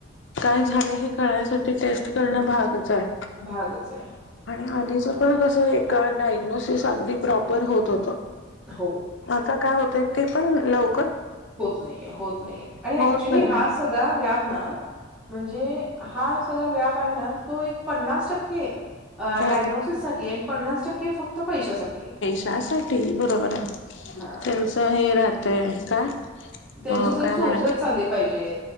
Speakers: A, on the left (about 65°); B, in the centre.
A: काय झाले हे कळण्यासाठी टेस्ट करणं भागच आहे.
B: भागच आहे
A: आणि आधीचा पण कस आहे एका डायग्नोसिस अगदी प्रॉपर होत होत.
B: हो
A: आता काय होतय ते पण लव
B: होत नाहीये होत नाहीये आणि
A: होत
B: ऍक्च्युली
A: नाही ना.
B: हास सगळा व्याप ना म्हणजे हा सगळा व्याप आहे ना तो एक पन्नास टक्के अ
A: ह
B: डायग्नोसिससाठी आणि पन्नास टक्के फक्त पैशासाठी आहे.
A: त्यासाठी बरोबर आहे
B: हा
A: त्याचं हे ते काय?
B: त्यांचे
A: अ
B: सगळे
A: काय
B: सोर्सेस
A: म्हणायच
B: चालले पाहिजेत